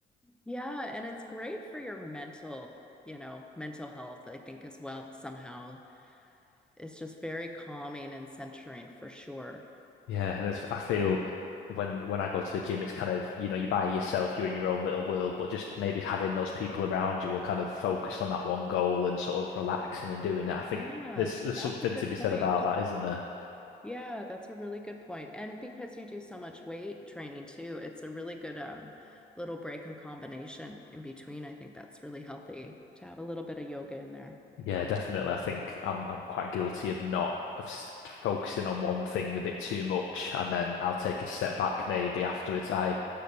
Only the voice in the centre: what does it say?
Yeah, and it's great for your mental, you know, mental health, I think, as well, somehow. It's just very calming and centering for sure.
Yeah,
that's
a good
point.
Yeah, that's a really good point. And because you do so much weight training too, it's a really good um little break and combination in between. I think that's really healthy to have a little bit of yoga in there.